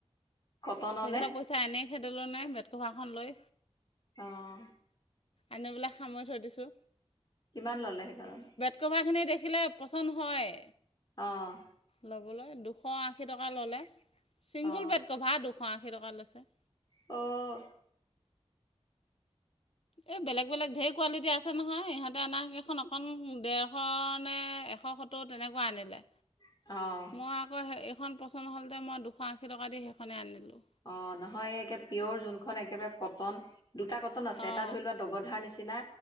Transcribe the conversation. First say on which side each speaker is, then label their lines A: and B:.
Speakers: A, on the left; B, on the left.
A: কটনৰ
B: সেইকেইটা
A: নে
B: পইচা এনেই খেদালো নাই বেট কভাখন লৈ।
A: অঁ।
B: আনিবেলৈ সামৰি থৈ দিছোঁ।
A: কিমান ললে সেইখনত?
B: কভাৰখনি দেখিলে পচন্দ হয়।
A: অঁ।
B: ল'বলৈ দুশ আশী টকা ল'লে। ছিংগুল
A: অ
B: বেড কভাৰ দুশ আশী টকা লৈছে।
A: অঁ।
B: এই বেলেগ বেলেগ ঢেই কোৱালিটি আছে নহয় ইহঁতে আনাৰ কেইখন অকন দেৰ শ নে এশ সত্তৰ তেনেকুৱা আনিলে।
A: অঁ।
B: মই আকৌ সেই এইখন পচন্দ হ'লযে মই দুশ আশী টকা দি সেইখনেই আনিলোঁ।
A: অঁ, নহয় একে পিয়ৰ যোনখন একেবাৰে কটন দুটা কটন আছে এটা
B: অঁ
A: ধৰি লোৱা দগধাৰ নিচিনা,